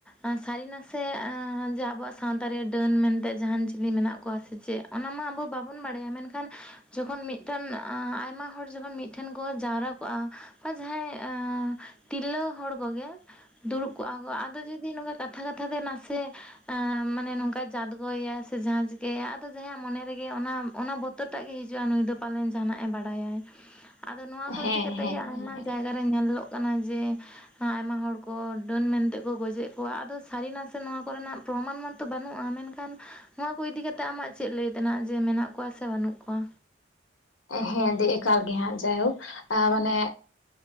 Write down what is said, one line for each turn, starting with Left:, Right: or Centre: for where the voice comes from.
Centre: ᱟᱸ ᱥᱟᱨᱤ-ᱱᱟᱥᱮ ᱟᱸ ᱡᱮ ᱟᱵᱚᱣᱟᱜ ᱥᱟᱸᱼᱛᱟ ᱨᱮ 'ᱰᱟᱹᱱ' ᱢᱮᱱᱛᱮ ᱡᱟᱸᱦᱟᱱ ᱡᱤᱞᱤ ᱢᱮᱱᱟᱜ ᱠᱚᱣᱟ ᱥᱮ ᱪᱮᱜ! ᱟᱱᱟ ᱢᱟ ᱟᱵᱚ ᱵᱟᱵᱚᱱ ᱵᱟᱲᱟᱭᱟ᱾ ᱢᱮᱱᱠᱷᱟᱱ ᱡᱚᱠᱷᱚᱱ ᱢᱤᱜᱴᱟᱱ ᱟᱸ ᱟᱭᱢᱟ ᱦᱚᱲ, ᱡᱚᱠᱷᱚᱱ ᱢᱤᱜ ᱴᱷᱮᱱ ᱠᱚ ᱡᱟᱣᱨᱟ ᱠᱚᱜᱼᱟ ᱵᱟ ᱡᱟᱦᱟᱸᱭ ᱮᱸ ᱛᱤᱨᱞᱟᱹᱣ ᱦᱚᱲ ᱠᱚᱜᱮ ᱫᱩᱲᱩᱵ ᱠᱚᱜᱼᱟ ᱠᱚ᱾ ᱟᱫᱚ ᱡᱩᱫᱤ ᱱᱚᱝᱠᱟ ᱠᱟᱛᱷᱟ-ᱠᱟᱛᱷᱟ ᱛᱮ ᱱᱟᱥᱮ ᱟᱸ ᱢᱟᱱᱮ ᱱᱚᱝᱠᱟ ᱡᱟᱫᱽᱜᱚᱭᱭᱟ ᱥᱮ ᱡᱷᱟᱸ ᱪᱤᱠᱟᱹᱭᱭᱟ, ᱟᱫᱚ ᱡᱟᱦᱟᱸᱭᱟᱜ ᱢᱚᱱᱮ ᱨᱮᱜᱮ ᱚᱱᱟ ᱚᱱᱟ ᱵᱚᱛᱚᱨ ᱴᱟᱜ ᱜᱮ ᱦᱤᱡᱩᱜᱼᱟ, ᱱᱩᱭ ᱫᱚ ᱯᱟᱞᱮᱱ ᱡᱟᱦᱟᱱᱟᱜᱼᱮ ᱵᱟᱲᱟᱭᱟᱭ᱾ ᱟᱫᱚ ᱱᱚᱣᱟ
Left: ᱦᱮᱸ
Centre: ᱠᱚ ᱤᱫᱤ ᱠᱟᱛᱮᱜ
Left: ᱦᱮᱸ
Centre: ᱜᱮ ᱟᱭᱢᱟ ᱪᱟᱭᱜᱟ ᱨᱮ ᱧᱮᱞᱞᱚᱜ ᱠᱟᱱᱟ ᱡᱮ ᱦᱟᱸ ᱟᱭᱢᱟ ᱦᱚᱲ ᱠᱚ, 'ᱰᱟᱹᱱ' ᱢᱮᱱᱛᱮ ᱠᱚ ᱜᱚᱡᱮᱜ ᱠᱚᱣᱟ᱾ ᱟᱫᱚ ᱥᱟᱹᱨᱤ-ᱱᱟᱥᱮ ᱱᱚᱣᱟ ᱠᱚᱨᱮᱱᱟᱜ ᱯᱨᱚᱢᱟᱱ ᱢᱟᱛᱚ ᱵᱟᱹᱱᱩᱜᱼᱟ ᱢᱮᱱᱠᱷᱟᱱ ᱦᱚᱶᱟ ᱠᱚ ᱤᱫᱤ ᱠᱟᱛᱮᱜ, ᱟᱢᱟᱜ ᱪᱮᱜ ᱞᱟᱹᱭ ᱛᱮᱱᱟᱜ ᱡᱮ ᱢᱮᱱᱟᱜ ᱠᱚᱣᱟ ᱥᱮ ᱵᱟᱹᱱᱩᱜ ᱠᱚᱶᱟ?
Left: ᱦᱮᱸ, ᱫᱤ ᱮᱠᱟᱞ ᱜᱮ ᱦᱟᱸᱜ ᱡᱟᱭᱦᱳᱠ ᱟ ᱢᱟᱱᱮ